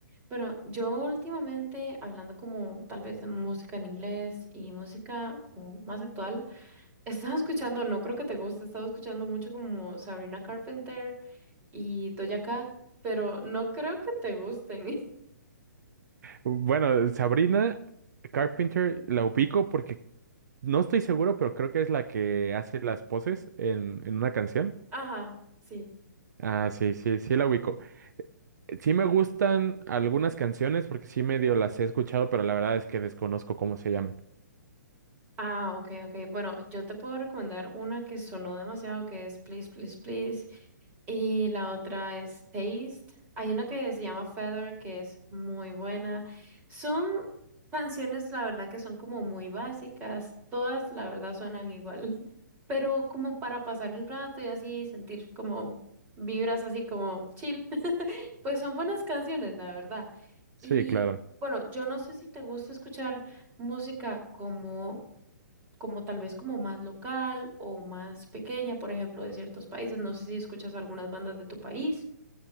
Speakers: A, on the right; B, on the right.
A: Bueno, yo últimamente, hablando como tal vez de música en inglés y música como más actual, Estaba escuchando, no creo que te guste, estaba escuchando mucho como Sabrina Carpenter y Doja Cat, pero no creo que te gusten.
B: Bueno, Sabrina Carpenter la ubico porque no estoy seguro, pero creo que es la que hace las poses en, en una canción.
A: <laughs> Ajá, sí.
B: Ah, sí, sí, sí la ubico. Sí me gustan algunas canciones porque sí medio las he escuchado, pero la verdad es que desconozco cómo se llaman.
A: Ah, ok, ok. Bueno, yo te puedo recomendar una que sonó demasiado, que es Please, Please, Please. Y la otra es Taste. Hay una que se llama Feather, que es muy buena. Son canciones, la verdad, que son como muy básicas. Todas, la verdad, suenan igual. pero como para pasar el rato y así sentir como vibras así como chill, <laughs> pues son buenas canciones, la verdad.
B: Sí,
A: Y
B: claro.
A: bueno, yo no sé si te gusta escuchar música como, como tal vez como más local o más pequeña, por ejemplo, de ciertos países. No sé si escuchas algunas bandas de tu país.